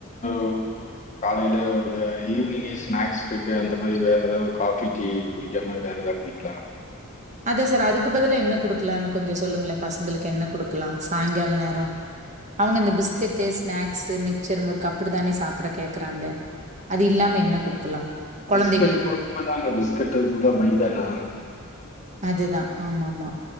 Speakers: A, on the left; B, on the right.
A: உ காலைல உங்க ஈவினிங்கு ஸ்நாக்ஸ்க்கு அந்த மாரி வேற எதாவ் காஃபி, டீ குடிக்காம வேற எதாது குடிக்லா
B: அதா சார் அதுக்கு பதிலா என்ன குடுக்கலானு கொஞ்ச சொல்லுங்களே பசங்களுக்கு என்ன குடுக்கலா சாய்ங்கால் நேரோ அவங்க இந்த பிஸ்கெட்டு், ஸ்நாக்ஸு, மிச்சர், முறுக்கு அப்புடி தானே சாப்ட கேக்கறாங்க அது இல்லாம என்ன குடுக்கலா கொழந்தைகளுக்கு
A: பிஸ்கெட்டு் <inaudible> பிஸ்கெட்டு் ஃபுல்லா மைதா தா
B: அது தா ஆமா ஆமா